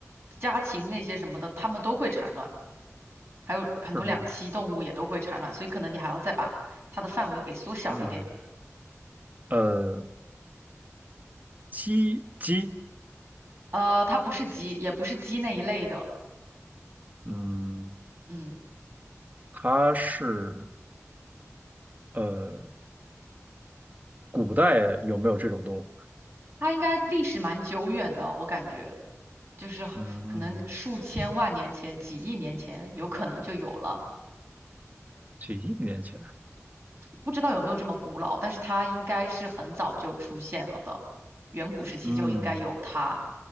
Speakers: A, on the right; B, on the right.
A: 家禽那些什么的，它们都会产卵，还有很多两栖动物也都会产卵，
B: 是什么
A: 所以可能你还要再把它的范围给缩小一点，
B: 嗯，呃，鸡鸡，
A: 呃，它不是鸡，也不是鸡那一类的，
B: 嗯，
A: 嗯。
B: 它是呃，古代有没有这种动物？
A: 它应该历史蛮久远的，我感觉就是可能数千万年前、
B: 嗯，
A: 几亿年前有可能就有了，
B: 几亿年前，
A: 不知道有没有这么古老，但是它应该是很早就出现了的，远古时期就应该有它
B: 嗯，